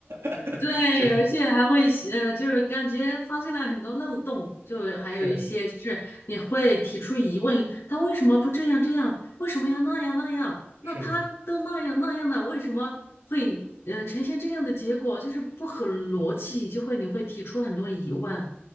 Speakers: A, on the right; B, on the left.
A: <laughs>
B: 对，
A: 这
B: 而且还会呃，就是感觉发现了很多漏洞，就还有一些就是你会提出疑问，
A: 是
B: 他为什么不这样这样？为什么要那样那样？
A: 是的，
B: 那他都那样那样了，为什么会呃呈现这样的结果？就是不合逻辑，就会你会提出很多疑问。